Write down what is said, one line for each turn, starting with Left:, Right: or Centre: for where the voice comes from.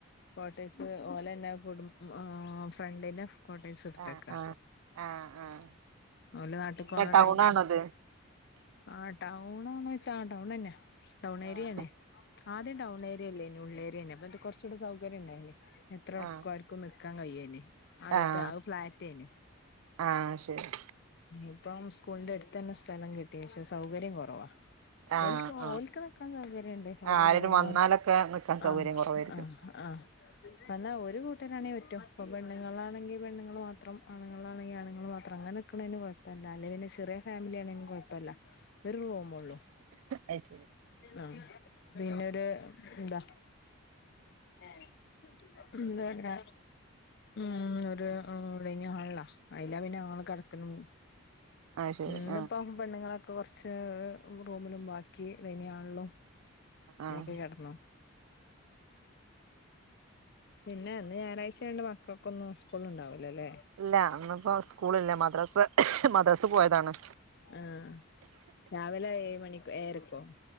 Left: കോട്ടെഴ്സ് ഓലെന്നെ കുടും ആഹ് ഫ്രണ്ടിന്റെ കോട്ടേഴ്സ് എടുത്ത്ക്കാ
Right: ആഹ് ആഹ് ആഹ് ആഹ് ആഹ്
Left: ഓല് നാട്ട്ക്ക്
Right: എങ്ങനെ
Left: പോണ
Right: ടൗണാണോ
Left: ടൈമില്
Right: അത്
Left: ആ ടൗണാണോ ചോയ്ച്ചാ ടൗണന്നെ ടൗണേര്യാണ്
Right: ആഹ്
Left: ആദ്യം ടൗണേരിയല്ലേനി ഉള്ളേരിയേനി അപ്പത് കുറച്ചുകൂടെ സൗകര്യം ഉണ്ടായിനിം എത്ര ആൾക്കാർക്കും
Right: ആഹ്
Left: നിക്കാൻ കഴിയേനി ആദ്യത്തെ
Right: ആഹ്
Left: ആത് ഫ്ലാറ്റേനി
Right: ആഹ് ശരി
Left: ഇപ്പം സ്കൂളിന്റെ എടുത്തെന്നെ സ്ഥലം കിട്ടീ പക്ഷെ സൗകര്യം കൊറവാ
Right: ആഹ്
Left: ഓൽക്ക്
Right: ആഹ്
Left: ഓൽക്ക് ഒക്കെ സൗകര്യണ്ട് ഒര്
Right: ആരേലും
Left: റൂമും
Right: വന്നാലൊക്കെ നിക്കാൻ സൗകര്യം
Left: ആഹ്
Right: കുറവായിരിക്കും
Left: ആഹ് ആഹ് ന്നാ ഒര് കൂട്ടെരാണെങ്കി പറ്റും പ്പ പെണ്ണുങ്ങളാണെങ്കി പെണ്ണുങ്ങള് മാ ത്രം ആണുങ്ങളാണെങ്കി ആണ്ങ്ങൾ മാത്രം അങ്ങനെക്കെ ഇള്ളേന് കൊയ് പ്പല്ല അല്ലേൽ പിന്നെ ചെറിയ ഫാമിലിയാണെങ്കിലും കൊയപ്പല്ലാ. ഒരു റൂമൊള്ളു
Right: അത് ശരി
Left: ആഹ് പിന്നൊരു എന്താ ഏഹ് ന്തായാലും ഊം ഒര് ഉം ഡൈനിംഗ് ഹാൾലാ അയ്ലാ പിന്നെ ഞങ്ങള് കെടക്ക്ണ് ഉം
Right: അത് ശരി
Left: ഇന്നിപ്പം
Right: ആഹ്
Left: പെണ്ണുങ്ങളൊ ക്കെ കൊർച്ച് റൂമിലും ബാക്കി ഡൈനിംഗ് ഹാൾലും. അങ്ങനൊക്കെ
Right: ആഹ്
Left: കെടന്നോ പിന്നെ ഇന്ന് ഞായറാഴ്ച ആയോണ്ട്. മക്കൾക്കൊന്നും സ്കൂൾ ഇണ്ടാവൂലല്ലേ.
Right: ഇല്ലാ അന്നിപ്പോ സ്കൂളില്ല മദ്രസ് മദ്രസ് പേയതാണ്.
Left: ആഹ് രാവിലെ ഏഴ് മണി ഏഴരക്കോ